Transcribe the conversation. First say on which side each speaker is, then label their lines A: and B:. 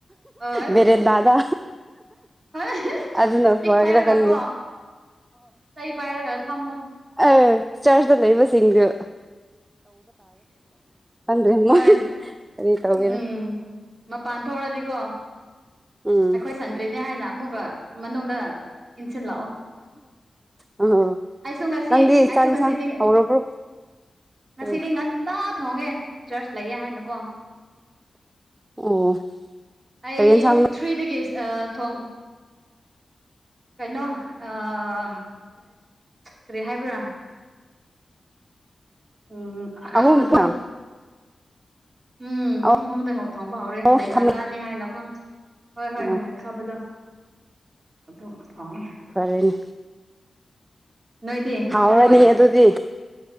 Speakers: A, on the right; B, on the right.
A: ꯍ <unintelligible>
B: ꯕꯦꯔꯦꯟꯗꯥꯗ
A: ꯏꯁꯇꯤꯛ
B: ꯑꯗꯨꯅ ꯐꯒꯦꯔꯥ
A: ꯄꯥꯏꯔꯒ
B: ꯈꯪꯗꯦ
A: ꯀꯣ ꯆꯩ ꯄꯥꯏꯔꯒ ꯐꯝꯃꯣ
B: ꯑꯥ ꯆꯥꯔꯖꯗ ꯂꯩꯏꯕ ꯁꯤꯡꯗꯨ ꯈꯪꯗ꯭ꯔꯦ ꯃꯣꯏ
A: ꯍꯣꯏ
B: ꯀꯔꯤ ꯇꯧꯒꯦꯔꯥ
A: ꯎꯝ ꯃꯄꯥꯟ ꯊꯣꯛꯂꯗꯤꯀꯣ
B: ꯎꯝ
A: ꯑꯩꯈꯣꯏ ꯁꯟ ꯇ꯭ꯔꯤꯅꯦ ꯍꯥꯏꯅ ꯑꯃꯨꯛꯀ ꯃꯅꯨꯡꯗ ꯏꯟꯁꯤꯜꯂꯛꯑꯣ
B: ꯑꯣ
A: ꯑꯩꯁꯨ ꯉꯁꯤ
B: ꯅꯪꯗꯤ
A: ꯑꯩꯁꯨ
B: ꯆꯥꯛ ꯌꯦꯟꯁꯥꯡ
A: ꯉꯁꯤꯗꯤ
B: ꯍꯧꯔꯕ꯭ꯔꯣ
A: ꯉꯁꯤꯗꯤ
B: ꯀꯔꯤ
A: ꯉꯟꯇꯥ ꯊꯣꯡꯉꯦ ꯆꯔꯆ ꯂꯩꯌꯦ ꯍꯥꯏꯅꯀꯣ
B: ꯑꯣ
A: ꯑꯩ
B: ꯀꯔꯤ ꯌꯦꯟꯁꯥꯡꯅꯣ
A: ꯊ꯭ꯔꯤꯗꯒꯤ ꯊꯣꯡ ꯀꯩꯅꯣ ꯑꯥ ꯀꯔꯤ ꯍꯥꯏꯕ꯭ꯔꯥ ꯎꯝ ꯑꯈꯥꯕꯗꯣ
B: ꯑꯍꯨꯝ ꯄꯥꯝ
A: ꯎꯝ
B: ꯑꯣ
A: ꯄꯨꯡ ꯍꯧꯗ ꯍꯧ ꯊꯣꯡꯕ ꯍꯧꯔꯦ
B: ꯑꯣ
A: ꯂꯩ
B: ꯈꯥꯃꯦꯟ
A: ꯊꯥꯡꯒꯥꯥꯟꯅꯤ ꯍꯥꯏꯅꯀꯣ ꯍꯣꯏ ꯍꯣꯏ
B: ꯑꯣ
A: ꯈꯥꯃꯦꯟ ꯈꯥꯕꯗꯣ ꯑꯗꯨ ꯊꯣꯡꯉꯦ
B: ꯐꯔꯦꯅꯦ
A: ꯅꯣꯏꯗꯤ
B: ꯍꯥꯎꯔꯅꯤ
A: ꯊꯔꯣꯏ
B: ꯑꯗꯨꯗꯤ